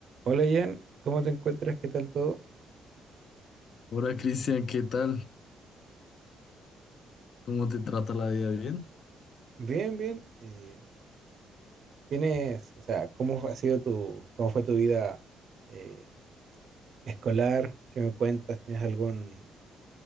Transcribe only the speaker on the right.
Hola Ian, ¿cómo te encuentras? ¿Qué tal todo?
Bien, bien. Eh, ¿tienes, o sea, cómo ha sido tu, cómo fue tu vida eh, escolar? ¿Qué me cuentas? ¿Tienes algún,